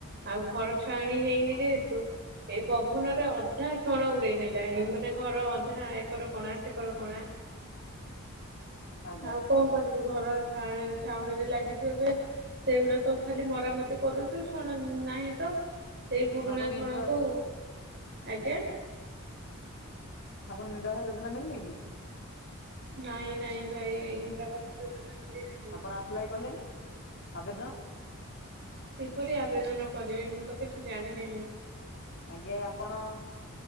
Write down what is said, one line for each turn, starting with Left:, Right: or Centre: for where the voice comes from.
Right: ଆଉ ଘର ଛାଆଣି ହେଇନି ଯେହେତୁ ଏ ପଭନ
Left: ଆଜ୍ଞା
Right: ରେ ଅଧା ଛଣ ଉଡେଇ ନେଲା। ଏଇ ମାନେ ଘର ଅଧା ଏକର କଣା ସେକର କଣା।
Left: ଆଜ୍ଞା।
Right: ଆଉ କଣ କରିବୁ ଘର ଛା ଛାଉଣିରେ ଲାଗିଚୁ ଏବେ। ସେଇଗୁଡା ସବୁ ଖାଲି ମରାମତି କରୁଛୁ ଛଣ ନାହିଁ ତ। ସେଇ ପୁରୁଣା
Left: ଆପଣଙ୍କୁ
Right: ଛଣ
Left: ଇନ୍ଦିରା ଆବାସ
Right: କୁ, ଆଜ୍ଞା।
Left: ଆପଣଙ୍କୁ ଇନିନ୍ଦାରା ଆବାସ, ଯୋଜନା ମିିଳିନେଇ କି?
Right: ନାଇଁ ନାଇଁ ଭାଇ ଇନ୍ଦ୍ରାରାବାସ ଯୋଜନା। ମିଳିନାହିଁ ମୋତେ।
Left: ଆପଣ ଆପ୍ଲାଏ କଲେନି ଆବେଦନ।
Right: କିପରି ଆବେଦନ କରିବି, ମୁଁ ତ କିଛି ଜାଣିିନହିଁ।
Left: ଆଗେ ଆପଣ